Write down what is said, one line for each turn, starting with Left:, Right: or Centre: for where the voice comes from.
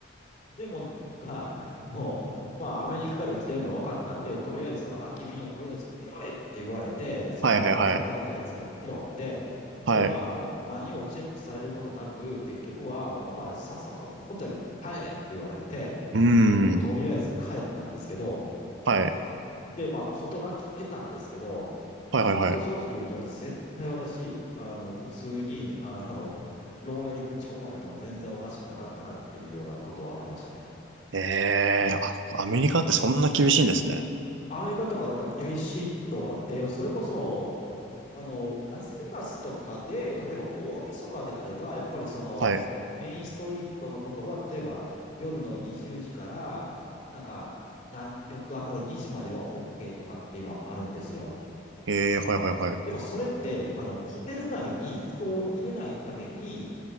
Left: でもなんか、もう、まあ、アメリカから来てるの分かったんで、とりあえずその空き瓶をとりあえず拾えって言われて、その投げたやつが拾って、
Right: はいはいはい。はい。
Left: で、まあ、何もチェックされることなく、結局はもうお前らさっさとホテルに帰れって言われて、
Right: うー
Left: もうとりあえず帰ったんですけど、
Right: ん。はい。
Left: で、まあ、事なき得たんですけど、
Right: はいはいはい。
Left: 本当正直言うと、絶対私、あの、普通に、あの、牢屋にぶち込まれても全然おかしくなかったなっていうようなことはありましたね。
Right: えー、あアメリカってそんな厳しいんですね。
Left: アメリカとかやっぱ厳しいと思って、それこそ、あの、ラスベガスとかで、例えば大晦日であれば、やっぱりその、
Right: はい。
Left: メインストリートのところは、例えば夜の20時から、なんか、な、翌朝の2時までは OK とかっていうのはあるんですよ。
Right: えー、はいはいはい。
Left: でもそれって、あの、ホテル内に人を入れないために、